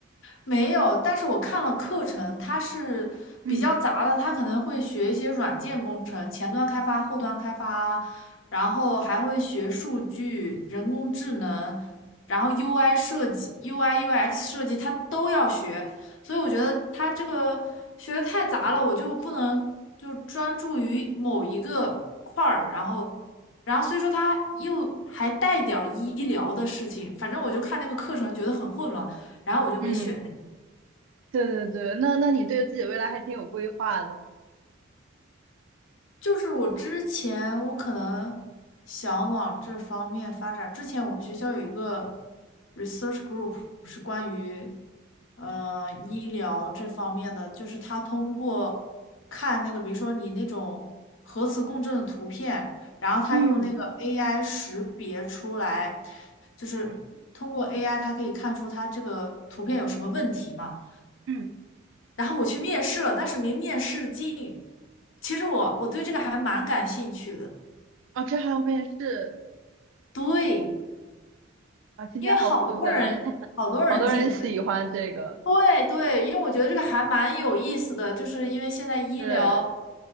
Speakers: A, on the left; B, on the right.
A: 没有，但是我看了课程，它是比较杂的，
B: 嗯
A: 它可能会学一些软件工程，前端开发、后端开发，然后还会学数据、人工智能，然后 UI 设计、UI、UX 设计，它都要学。所以我觉得它这个学的太杂了，我就不能就专注于某一个块儿，然后。然后所以说它又还带点儿医疗的事情，反正我就看那个课程觉得很混乱，然后我就没选那个。
B: 嗯，对对对，那那你对自己未来还挺有规划的。
A: 就是我之前我可能想往这方面发展。之前我们学校有一个 research group 是关于呃医疗这方面的，就是他通过看那个，比如说你那种核磁共振的图片，然后他用那个
B: 嗯
A: AI 识别出来，就是通过
B: 嗯
A: AI 他可以看出他这个图片有什么问题嘛。
B: 嗯，
A: 然后我去面试了，但是没面试进。其实我我对这个还蛮感兴趣的，
B: 哦，这还要面试
A: 对，
B: 啊，听起来好复杂，
A: 因为好多人好多人进。
B: <laughs> 好多人喜欢这个，
A: 对对，因为我觉得这个还蛮有意思的，就是因为现在医疗
B: 对，